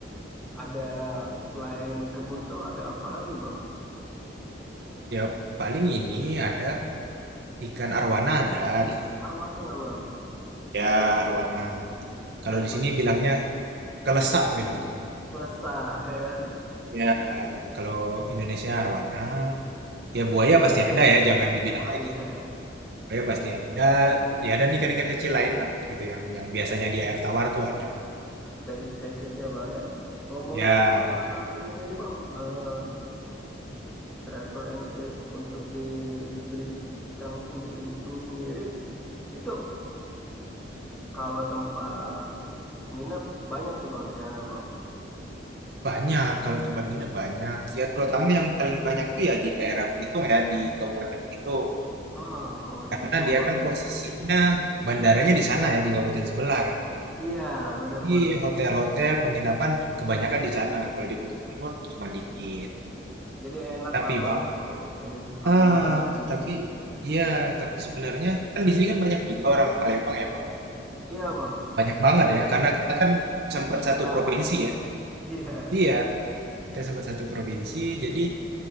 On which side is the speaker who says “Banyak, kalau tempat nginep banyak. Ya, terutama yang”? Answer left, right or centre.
Right